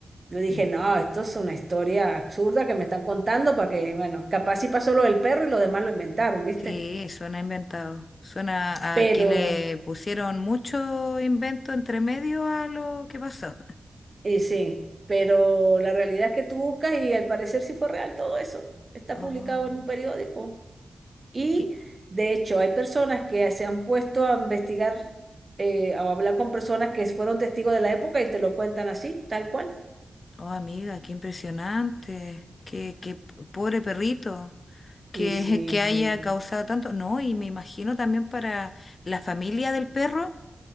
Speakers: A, on the right; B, on the left.
A: Yo dije,
B: Mm.
A: no, esto es una historia absurda que me están contando para que, bueno, capaz sí pasó lo del perro y lo demás lo inventaron, ¿viste?
B: Sí, suena inventado. Suena
A: Pero,
B: a que le pusieron mucho invento entre medio a lo que pasó. <laughs>
A: y sí, pero la realidad es que tú buscas y al parecer sí fue real todo eso. Está
B: Oh,
A: publicado en un periódico. Y
B: qué-
A: de hecho, hay personas que se han puesto a investigar eh, o a hablar con personas que fueron testigos de la época y te lo cuentan así, tal cual.
B: oh, amiga, qué impresionante. Qué, qué p- pobre perrito que,
A: Y sí,
B: <laughs> que
A: sí.
B: haya causado tanto. No, y me imagino también para la familia del perro.